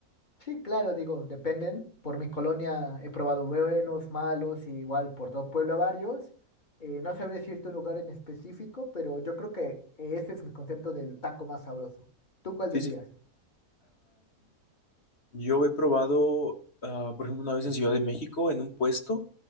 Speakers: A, on the left; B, on the left.
A: Sí, claro, digo, dependen. Por mi colonia he probado buenos, malos, y igual por todo Puebla varios. Eh, no sabría decirte un lugar en específico, pero yo creo que ese es mi concepto del taco más sabroso. ¿Tú cuál
B: Sí,
A: dirías?
B: sí. Yo he probado, ah, por ejemplo, una vez en Ciudad de México, en un puesto.